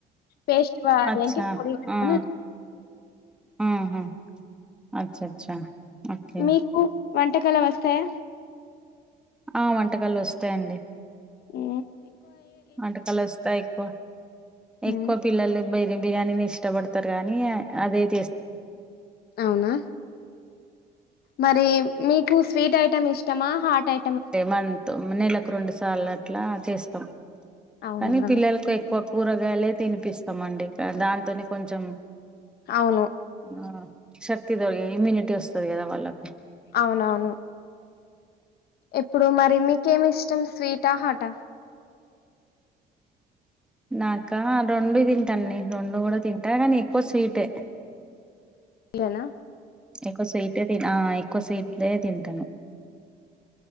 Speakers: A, on the left; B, in the centre.
A: పేస్ట్ అదేంటి
B: అచ్చా
A: పొడి
B: ఆ
A: పన్నీర్
B: ఆహా అచ్చ చ్చా ఓకే
A: మీకు వంటకాలు వస్తాయా
B: ఆ వంటకాలు వస్తాయండి
A: ఉ
B: వంటకాలు వస్తాయి ఎక్కువ
A: మీరు
B: ఎక్కువ
A: మ్మ్
B: పిల్లలు బయ బిర్యానీని ఇష్టపడతారు కానీ అదే చేస్త
A: అవునా మరి మీకు స్వీట్ ఐటెమ్ ఇష్టమా హార్ట్ ఐ
B: టె మంత్ నెలకు రెండు సార్లు అట్లా చేస్తాం
A: అవునా
B: కానీ పిల్లలకు ఎక్కువ కూరగాయలే తినిపిస్తామండి ఇక దాంతోనే కొంచెం
A: అవును
B: ఆ శక్తి దో ఇమ్యూనిటీ వస్తది కదా వాళ్ళకు
A: అవునవును ఇప్పుడు మరి మీకేం ఇష్టం స్వీటా హట
B: నాకా రెండు తింటాండి రెండు కూడా తింటా కానీ ఎక్కువ స్వీటే
A: ఇళ్లనా
B: ఎక్కువ స్వీటే తిన ఆ ఎక్కువ స్వీట్లే తింటను